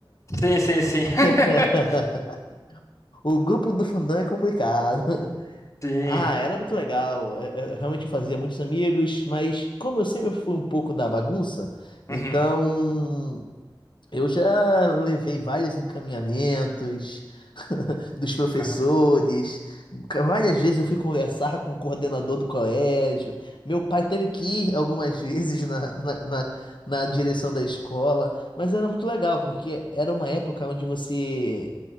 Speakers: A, on the left (about 35°); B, on the left (about 65°).
A: Sim, sim, sim. <laughs>
B: <laughs> O grupo do fundão é complicado. <laughs>
A: Sim.
B: Ah, era muito legal. Eu- eu realmente eu fazia muitos amigos, mas como eu sempre fui um pouco da bagunça,
A: Uhum.
B: então Eu já levei vários encaminhamentos <laughs> dos professores.
A: aham,
B: Várias vezes eu fui conversar com o coordenador do colégio. Meu pai teve que ir algumas <laughs> vezes na, na, na, na direção da escola. Mas era muito legal, porque era uma época onde você.